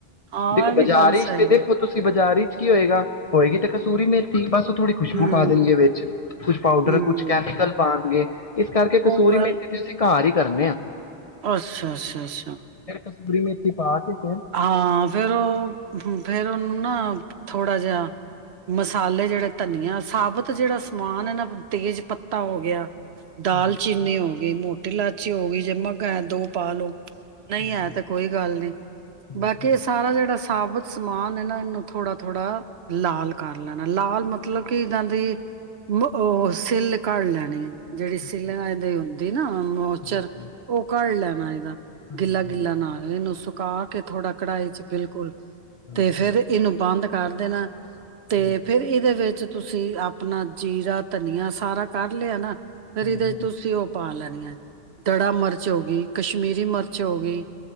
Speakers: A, on the right (about 75°); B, on the left (about 40°).
A: ਹਾਂ
B: ਦੇਖੋ
A: ਇਹ ਵੀ
B: ਬਾਜ਼ਾਰਸ਼
A: ਗੱਲ ਸਹੀ
B: ਤੇ, ਦੇਖੋ
A: ਹੈ
B: ਤੁਸੀਂ ਬਾਜ਼ਾਰੀ ਕੀ ਹੋਏਗ?, ਹੋਏਗੀ ਤੇ ਕਸੂਰੀ ਮੇਥੀ ਬਸ ਥੋੜ੍ਹੀ ਖੁਸ਼ਬੂ
A: ਹਮ
B: ਪਾ ਦੇਣਗੇ ਵਿੱਚ, ਕੁਝ ਪਾਊਡਰ
A: ਹਮ
B: ਕੁਛ ਕੈਮੀਕਲ ਪਾਉਣਗੇ, ਇਸ ਕਰਕੇ ਕਸੋਰੀ
A: ਉਹ ਗੱਲ
B: ਮੇਥੀ ਦੇ ਅਸੀਂ ਘਰ ਹੀ ਕਰਨੇ ਆ
A: ਅੱਛਾ, ਅੱਛਾ, ਅੱਛਾ।
B: ਕਸੂਰੀ ਮੇਥੀ ਪਾ ਕੇ ਫੇਰ
A: ਹਾਂ, ਫੇਰ ਉਹ ਫੇਰ ਉਹਨੂੰ ਨਾ, ਥੋੜਾ ਜਿਹਾ ਮਸਾਲੇ ਜਿਹੜੇ ਧਨੀਆ ਸਾਬਤ ਜਿਹੜਾ ਸਮਾਨ ਹੈ ਨਾ ਤੇਜ ਪੱਤਾ ਹੋ ਗਿਆ ਦਾਲਚੀਨੀ
B: ਹਾਂਜੀ
A: ਹੋ ਗਈ ਮੋ ਟੀ ਇਲਾਚੀ ਹੋ ਗਈ ਜੇ ਮਗ ਦੋ ਪਾ ਲੋੋ ਨਹੀਂ
B: ਹਾਂਜੀ
A: ਹੈ ਤਾਂ ਕੋਈ ਗੱਲ ਨਹੀਂ
B: ਹਾਂਜੀ
A: ਬਾਕੀ ਇਹ ਸਾਰਾ ਜਿਹੜਾ ਸ ਸਾਬਤ ਸਮਾਨ ਏ ਨਾ ਇਹਨੂੰ ਥੋੜਾ ਥੋੜ੍ਹਾ ਲਾਲ ਕਰ ਲੈਣਾ ਲਾਲ ਮਤਲਬ ਕਿ ਇਦਾਂ ਦੀ ਉਹ ਸਿੱਲ ਘੜ ਲੈਣੀ ਹੈ ਜਿਹੜੀ
B: ਹਾਂਜੀ
A: ਸਿਲ ਦੀ ਹੁੰਦੀ ਨਾ ਮੋਚਰ
B: ਹਾਂਜੀ
A: ਉਹ ਕਢ ਲੈ ਬਣਾਏਦਾ
B: ਹਾਂਜੀ
A: ਗਿੱਲਾ ਗਿੱਲਾ
B: ਹਾਂਜੀ
A: ਨਾ ਹੋ ਨ ਸੌ ਪਾ ਕੇ ਥੋੜਾ ਕਣਾਈ ਚ ਬਿਲਕੁਲ
B: ਹਾਂਜੀ
A: ਤੇ ਫੇਰ
B: ਹਾਂਜੀ
A: ਇਹਨੂੰ ਬੰਦ ਕਰ ਕਰਦੇ ਨਾ ਤੇ
B: ਹਾਂਜੀ
A: ਫਿਰ ਇਹਦੇ ਵਿੱਚ ਤੁਸੀਂ ਆਪਣਾ ਜੀਰਾ ਧਨੀਆ ਸਾਰਾ ਕੱਢ ਲਿਆ ਨਾ ਫਿਰ
B: ਹਾਂਜੀ
A: ਇਹਦੇ ਚ
B: ਹਾਂਜੀ
A: ਤੁਸੀਂ ਉਹ ਪਾ ਲੈਣੀਆਂ- ਦੜਾ ਮਿਰਚ ਹੋ ਗਈ ਕਸ਼ਮੀਰੀ ਮਿਰਚ ਹੋ ਗਈ